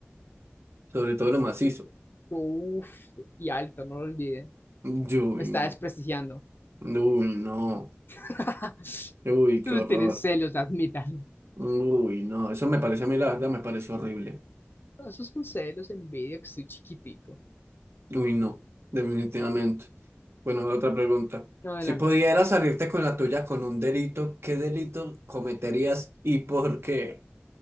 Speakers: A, on the right; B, on the left.
A: Sobre todo lo macizo.
B: Uf, y alto, no lo olvide.
A: Uy,
B: Me está
A: no.
B: desprestigiando.
A: Uy, no.
B: <laughs>
A: Uy,
B: Ustedes
A: qué horror.
B: tienen celos, admitan.
A: Uy, no. Eso me parece a mí, la verdad, me parece horrible.
B: No, Esos son celos, envidia, que estoy chiquitito.
A: Uy, no, definitivamente. Bueno, otra pregunta.
B: Adelante.
A: Si pudieras salirte con la tuya con un delito, ¿qué delito cometerías y por qué?